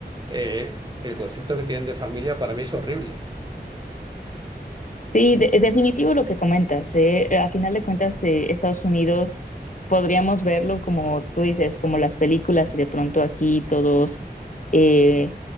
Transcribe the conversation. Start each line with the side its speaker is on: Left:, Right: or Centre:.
Right: eh, el concepto que tienen de familia para mí es horrible.
Left: Sí, de es definitivo lo que comentas. ¿eh? A final de cuentas, eh, Estados Unidos podríamos verlo como tú dices, como las películas y de pronto aquí todos... Eh,